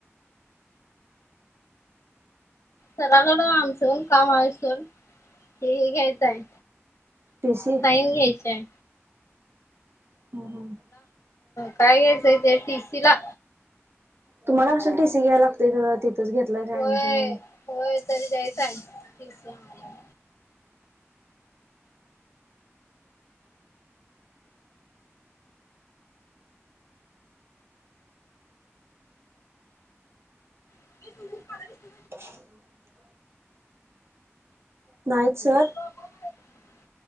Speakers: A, on the left; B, on the right.
A: सराकड आमचून कामासून हे हे घ्यायचं आहे.
B: पीस.
A: साईन घ्यायचेय.
B: हम हम.
A: काही सतेट इसिला.
B: तुम्हाला केल टीसी घ्याय लागतेयर तिथच घलाय
A: होय
B: ऍडमिशन आणि.
A: होय तरी दय सांग ठीक आहे आम्हाला ह
B: <inaudible> नाहीत सर.
A: ह ह.